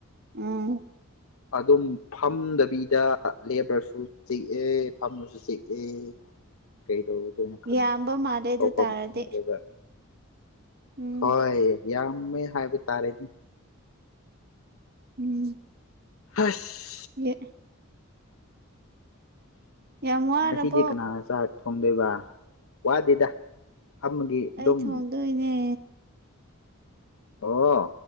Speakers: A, on the right; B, on the left.
A: ꯎꯝ
B: ꯑꯗꯨꯝ ꯐꯝꯗꯕꯤꯗ ꯂꯦꯞ꯭ꯔꯁꯨ ꯆꯤꯛꯑꯦ ꯐꯝꯃꯁꯨ ꯆꯤꯛꯑꯦ ꯀꯩꯗꯧꯗꯣꯏꯅꯣ ꯈꯪꯗ꯭ꯔꯦ
A: ꯌꯥꯝꯕ ꯃꯥꯜꯂꯦ ꯑꯗꯨ
B: ꯇꯧꯐꯝ
A: ꯇꯥꯔꯗꯤ
B: ꯈꯪꯗ꯭ꯔꯦꯕ
A: ꯎꯝ
B: ꯍꯣꯏ ꯌꯥꯝꯃꯦ ꯍꯥꯏꯕ ꯇꯥꯔꯦꯅꯦ
A: ꯎꯝ
B: ꯑꯁ
A: ꯌꯦ ꯌꯥꯝ ꯋꯥꯔꯕꯣ
B: ꯉꯁꯤꯗꯤ ꯀꯅꯥ ꯁꯥ ꯍꯥ ꯊ ꯈꯪꯗꯣꯏꯕ ꯋꯥꯗꯦꯗ ꯐꯝꯃꯒꯤ ꯑꯗꯨꯝ
A: ꯑꯩ ꯊꯣꯡꯗꯣꯏꯅꯦ
B: ꯑꯣ